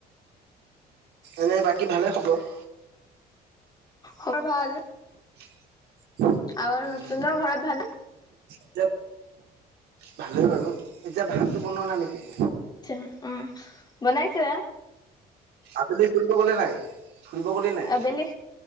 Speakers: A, on the right (about 75°); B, on the left (about 25°).
A: এনে বাকী ভালে খবৰ
B: খৰ ভাল?
A: <unintelligible>
B: আৰু
A: উম
B: তোনৰ ঘৰত ভাল
A: এতিয়া ভালেই বাৰু এতিয়া ভাতটো বনোৱা না নেকি
B: আ্ছা উম বনাইছা
A: আবেলি ফুৰিব গ'লে নাই? ফুৰিব গ'লি নাই
B: আবেলি